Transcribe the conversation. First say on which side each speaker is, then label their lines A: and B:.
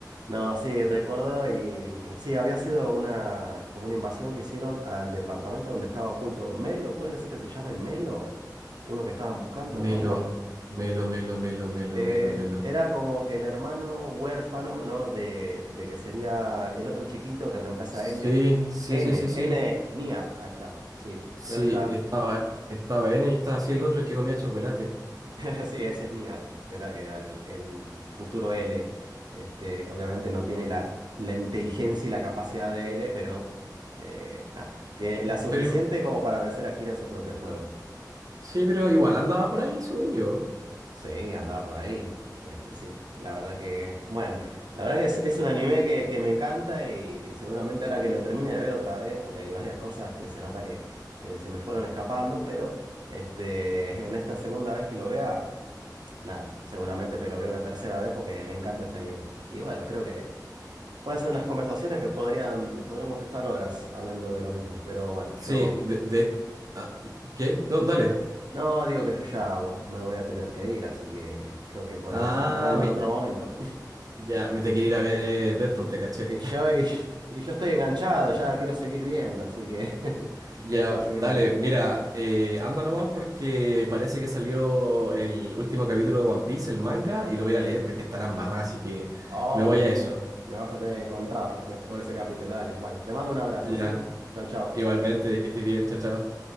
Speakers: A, on the right; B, on the right.
A: No, sí, recuerdo y mm, sí, había sido una, como una invasión que hicieron al departamento donde estaba oculto Melo, puede ser que se llame Melo, uno que estaban buscando, no
B: Melo,
A: me acuerdo.
B: melo, melo, melo, melo,
A: Eh,
B: melo, melo.
A: era como el hermano huérfano, ¿no? De, de que sería el otro chiquito que reemplaza
B: Sí,
A: a L.
B: sí,
A: N,
B: sí, sí, sí.
A: N, Niar, ahí está, sí,
B: Sí,
A: creo que está.
B: estaba, estaba N y estaba así el otro el que comía chocolate.
A: <laughs> Sí, ese es Nier, que era, que era el, el futuro L. Este, obviamente no tiene la, la inteligencia y la capacidad de L, pero eh, nada, tiene la suficiente
B: Pero igu-
A: como para vencer a Kira en su propio juego.
B: sí, pero igual andaba por ahí, según yo.
A: Sí, andaba por ahí. Este, sí, la verdad que, bueno, la verdad que es, es un anime que, que me encanta y seguramente ahora que lo termine de ver otra vez, porque hay varias cosas que se nota que, que se me fueron escapando, pero este, <laughs> en esta segunda vez que lo vea... Nada, seguramente me lo veo una tercera vez porque me encanta este anime. Y bueno, creo que pueden ser unas conversaciones que podrían, podríamos estar horas hablando de lo mismo, pero bueno,
B: Sí,
A: yo
B: de, de- ah, ¿qué? No, dale.
A: no digo que yo ya bo- me voy a tener que ir, así que creo que podríamos
B: Ah,
A: seguir hablando
B: mi-
A: en otro momento. <laughs>
B: ya, me te quiere ir a ver de esto, te caché.
A: Y yo, y, y yo estoy enganchado, ya quiero seguir viendo, así que <laughs>
B: Ya,
A: así que
B: dale,
A: bueno.
B: mira, eh, anda nomás porque parece que salió el último capítulo de One Piece, el manga, y lo voy a ir a leer porque está la embarrada, así que
A: Oh,
B: me
A: buenísimo.
B: voy a eso.
A: Me vas a tener que contar después de ese capítulo, dale. Bueno, te mando un abrazo,
B: Ya,
A: ¿sí? Chau, chau.
B: igualmente, que estés bien, chao, chao.